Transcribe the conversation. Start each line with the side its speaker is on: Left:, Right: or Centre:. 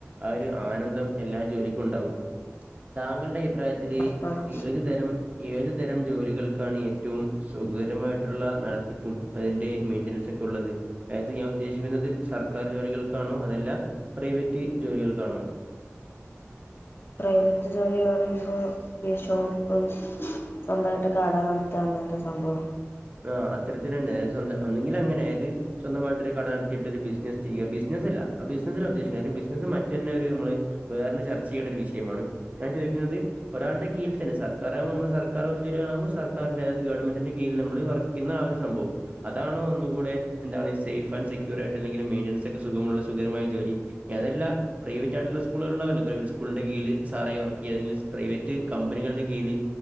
Right: ആ ഒരു ആനന്ദം എല്ലാ ജോലിക്കും ഉണ്ടാവും താങ്കളുടെ അഭിപ്രായത്തി ഇതിൽ
Left: ഉറപ്പാണ്
Right: ഏത് തരം ഏത് തരം ജോലികൾക്കാണ് ഏറ്റവും സുഖകരമായിട്ടുള്ള നടത്തിപ്പും അതിൻ്റെ മെയിൻ്റനൻസൊക്കെ ഉള്ളത് അതായത് ഞാൻ ഉദ്ദേശിക്കുന്നത് സർക്കാർ ജോലികൾക്കാണോ അതല്ല പ്രൈവറ്റ് ജോലികൾക്കാണോ?
Left: പ്രൈവറ്റ് ജോലി പറയുമ്പോൾ ഈ ഷോപ്പ് സ്വന്തായിട്ട് കടാ നടത്ത അങ്ങനത്തെ സംഭവം
Right: ആ അത്തരത്തി തന്നെ അത് സ്വന്തം ഒന്നെങ്കില അങ്ങനെ അതായത് സ്വന്തമായിട്ടൊരു കട നടത്തിയിട്ട് ബിസിനസ് ചെയ്യാ ബിസിനസ് അല്ല ബിസിനസിന് ഉദ്ദേശിക്കുന്നത് ബിസിനസ് മറ്റ തന്നെ ഒരു നമ്മള് വേറെന്ന ചർച്ച ചെയ്യേണ്ട ഒരു വിഷയമാണ് ഞാൻ ചോദിക്കുന്നത് ഒരാള കീൽ തന്നെ സർക്കാരാകുമോ നമ്മ സക്കാർ ജോലി ആകുമ്പോ സക്കാരിന്റെ അതത് ഗവൺമെന്റിന്റെ കീഴ നമ്മ നമ്മ വർക്കുന്ന ആ ഒരു സംഭവം അതാണ് ഒന്നുകൂടെ എന്താണ് സേഫ് ആൻറ് സെക്യൂർ ആയിട്ട് അല്ലെങ്കിൽ മെന്റനൻസ് ഒക്കെ സുഖമുള്ള സുഖകരമായ്ട്ട്ള്ള ജോലി അതല്ലാം പ്രൈവറ്റ് ആയിട്ടുള്ള സ്കൂളുകൾ ഉണ്ടാവല്ലോ പ്രൈവറ്റ് സ്കൂളിന്റെ കീഴിൽ സാറായി വർക്ക് ചെയ്യുക അല്ലെങ്കിൽ പ്രൈവറ്റ് കമ്പനികളുടെ കീഴില്